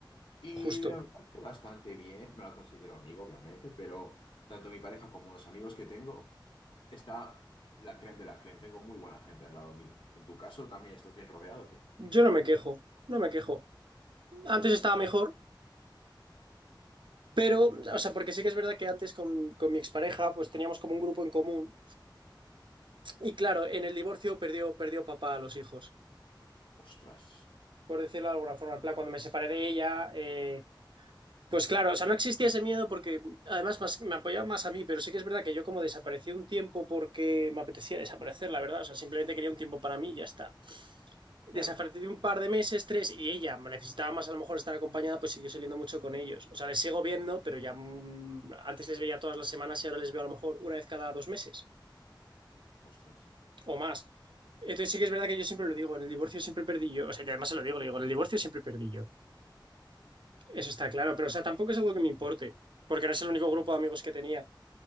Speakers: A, on the left; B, on the right.
A: Y
B: Justo.
A: la verdad que bastante bien, no la considero amigo, obviamente, pero tanto mi pareja como los amigos que tengo, está la creme de la creme. Tengo muy buena gente al lado mío. En tu caso, ¿también estás bien rodeado o qué?
B: Yo no me quejo, no me quejo. Antes estaba mejor, pero, o sea, porque sí que es verdad que antes con, con mi expareja, pues teníamos como un grupo en común Y claro, en el divorcio perdió, perdió papá a los hijos,
A: Ostras,
B: por decirlo de alguna forma. En plan, cuando me separé de ella, eh, pues claro, o sea, no existía ese miedo porque además más- me apoyaba más a mí, pero sí que es verdad que yo como desaparecí un tiempo porque me apetecía desaparecer, la verdad. O sea, simplemente quería un tiempo para mí y ya está.
A: claro,
B: Desaparecí un par de meses, tres, y ella me necesitaba más a lo mejor estar acompañada, pues siguió saliendo mucho con ellos. O sea, les sigo viendo, pero ya mm, antes les veía todas las semanas y ahora les veo a lo mejor una vez cada dos meses.
A: ostras,
B: o más. Entonces sí que es verdad que yo siempre lo digo, en el divorcio siempre perdí yo, o sea, y además se lo digo, le digo, en el divorcio siempre perdí yo. Eso está claro, pero o sea, tampoco es algo que me importe, porque no es el único grupo de amigos que tenía.